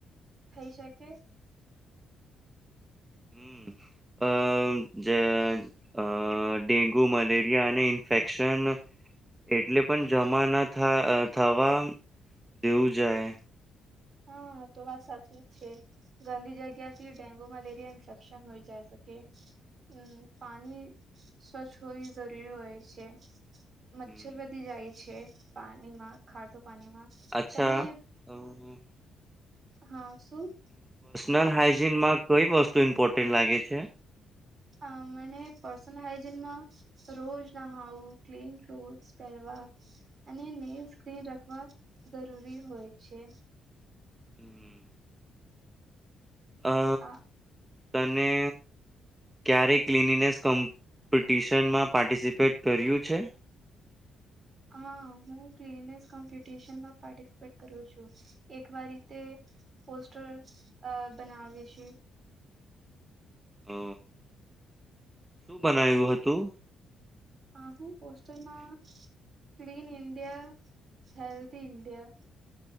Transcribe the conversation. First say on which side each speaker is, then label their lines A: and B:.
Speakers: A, on the right; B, on the right.
A: થઈ શકે
B: હમ અ જ અ અ ડેન્ગુ, મલેરિયા, અને ઇન્ફેક્શન એટલે પણ જમા ન થ થવા દેવું જાય
A: હ તો વાત સાચી જ છે. ગંદી જગ્યાથી ડેન્ગુ મલેરિયા ઇન્ફેક્શન હોય જાય શકે હમ્મ પાણી સ્વચ્છ હોવી જરૂરી હોય છે.
B: હમ
A: મચ્છર વધી જાય છે, પાણીમાં ખાટું પાણીમાં
B: અચ્છા
A: તને
B: <unintelligible>
A: હા શું
B: નલહાજીનમાં કઈ વસ્તુ ઇમ્પોર્ટન્ટ લાગે છે?
A: અ મને પસંદ હાઈજીન રોજ નહાવું ક્લીન ક્લોથ પહેરવા અને નેવ સ્ક્રીન રાખવા જરૂરી હોય છે.
B: હમ્મ. અ
A: આ
B: તને ક્યારે ક્લિનિનેસ કમ્પિટિશનમાં પાર્ટિસિપેટ કર્યું છે.
A: હા હું ક્લીનેસ કોમ્પિટીશનમાં પાર્ટિસીપેટ કરું છું એકવાર રીતે પોસ્ટર અ બનાવે છે.
B: અ શું બનાવ્યું હતું?
A: અ હું પોસ્ટરમાં ક્લીન ઇન્ડિયા હેલ્થી ઇન્ડિયા